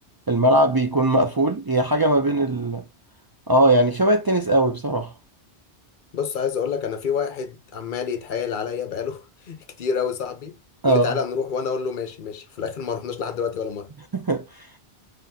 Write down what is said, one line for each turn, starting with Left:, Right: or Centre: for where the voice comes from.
Right: الملعب بيكون مقفول هي حاجة ما بين ال اه يعني شبه التنس قوي بصراحة
Left: بص عايز اقول لك انا في واحد عمال يتحايل عليا بقاله <laughs> كتير قوي صاحبي
Right: اه
Left: يقول لي تعالى نروح وانا اقول له ماشي ماشي في الاخر ما رحناش لحد دلوقتي ولا مره
Right: <laughs>